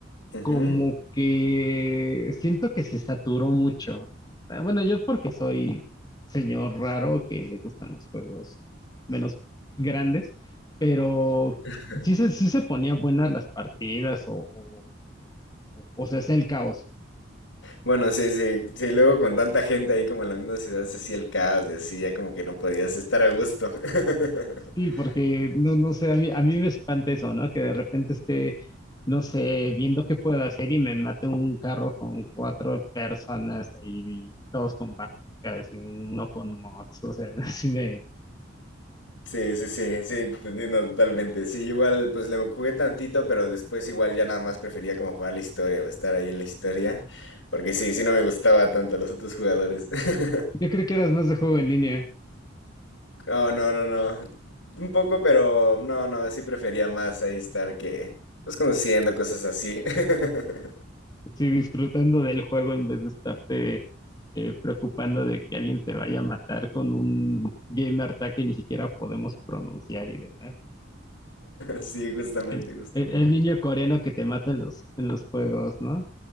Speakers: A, on the left (about 80°); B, on the left (about 20°).
A: Ujú.
B: como que siento que se saturó mucho. Eh, Bueno, yo porque soy señor raro que le gustan los juegos menos grandes, pero
A: <laughs>
B: sí se, sí se ponían buenas las partidas o, o, o- o se hacía el caos.
A: Bueno, sí, sí, sí, luego con tanta gente ahí como en la misma ciudad se hacía el caos y así, ya como que no podías estar a gusto. <laughs>
B: Sí, porque no, no sé, a mí, a mí me espanta eso, ¿no? Que de repente esté, no sé, viendo qué puedo hacer y me mate un carro con cuatro personas ahí, y todos con bazookas y uno con mods, o sea, <laughs> así me,
A: Sí, sí, sí, sí, te entiendo totalmente. Sí, igual pues le jugué tantito, pero después igual ya nada más prefería como jugar la historia o estar ahí en la historia, porque sí, sí no me gustaba tanto los otros jugadores. <laughs>
B: Yo creo que eras más de juego en línea,
A: Oh, no, no, no. Un poco, pero no, no, sí prefería más ahí estar que pues conociendo cosas así. <laughs>
B: sí, disfrutando del juego en vez de estarte eh, preocupando de que alguien te vaya a matar con un game art que ni siquiera podemos pronunciar y demás.
A: Sí, justamente,
B: El,
A: justamente.
B: el- el niño coreano que te mata en los, en los juegos, ¿no?